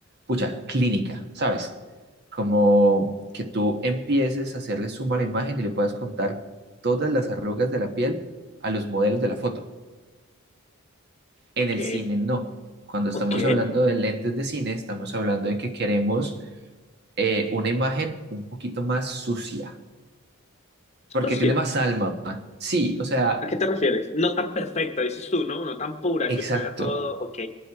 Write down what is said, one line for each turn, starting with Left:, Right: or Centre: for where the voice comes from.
Right: pucha, clínica, ¿sabes? Como que tú empieces a hacerle suma a la imagen y le puedas contar todas las arrugas de la piel a los modelos de la foto.
Left: ok,
Right: En el cine no. Cuando estamos
Left: ok.
Right: hablando de lentes de cine, estamos hablando de que queremos eh, una imagen un poquito más sucia,
Left: Socia,
Right: porque tiene más alma. Sí, o sea,
Left: ¿a qué te refieres? No tan perfecta, dices tú, ¿no? No tan pura
Right: exacto.
Left: que se vea todo. Ok,